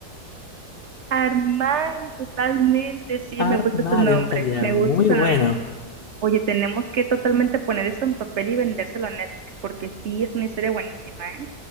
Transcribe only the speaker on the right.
armario, totalmente, sí,
me gusta ese nombre,
me
gusta ese
nombre. Oye, tenemos que totalmente poner esto en papel y vendérselo a Netflix, porque sí, es una historia buenísima, ¿eh?